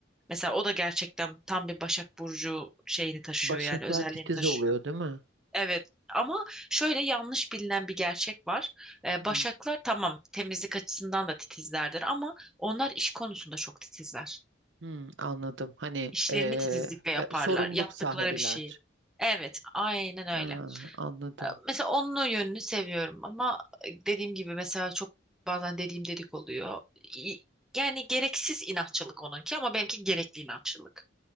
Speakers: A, in the centre; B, on the right (about 70°).
A: Mesela o da gerçekten tam bir Başak Burcu şeyini taşıyor
B: Başaklar
A: yani özelliğini
B: titiz
A: taşıyor.
B: oluyor değil mi?
A: Evet ama şöyle yanlış bilinen bir gerçek var. Ee, Başaklar
B: Hmm.
A: tamam temizlik açısından da titizlerdir ama onlar iş konusunda çok titizler.
B: Hmm, anladım. Hani
A: İşlerini
B: eee,
A: titizlikle yaparlar.
B: e, sorumluluk
A: Yaptıkları
B: sahibiler.
A: bir şeyi. Evet, aynen öyle.
B: Aa, anladım.
A: Ee, Mesela onun o yönünü seviyorum ama dediğim gibi mesela çok bazen dediğim dedik oluyor. İ- Yani gereksiz inatçılık onunki ama benimki gerekli inatçılık.